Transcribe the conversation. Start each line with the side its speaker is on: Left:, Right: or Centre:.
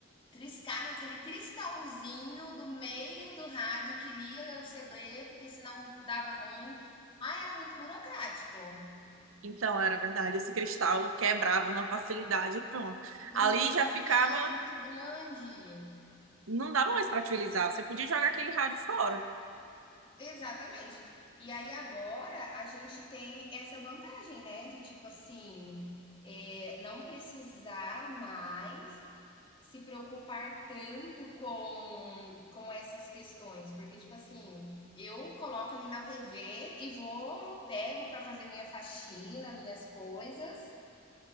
Left: triscar naquele cristalzinho do meio do rádio que lia o CD, porque senão dava ruim. Ah, era muito burocrático.
Right: Então, era verdade, esse cristal quebrava na facilidade e pronto.
Left: Numa
Right: Ali
Left: facilidade
Right: já ficava,
Left: muito grande.
Right: não dava mais para utilizar, você podia jogar aquele rádio fora.
Left: Exatamente. E aí agora a gente tem essa vantagem, né? De tipo assim, é, não precisar mais se preocupar tanto com, com essas questões, porque, tipo assim, eu coloco ali na TV e vou, pego para fazer minha faxina, minhas coisas,